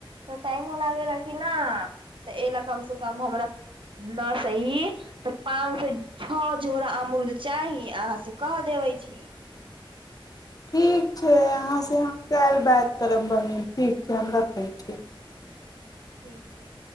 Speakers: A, on the right; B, on the left.
A: त टाइमो लागेा ने तऽ ए ल कम से कम हमरा न सी पाँच से छओ झोराम चाही अहाँ से क देबै छी
B: ठीक छै अहाँसँ हम काल्हि बात करब बहीन ठीक छै हम रखैत छी
A: ठीक छै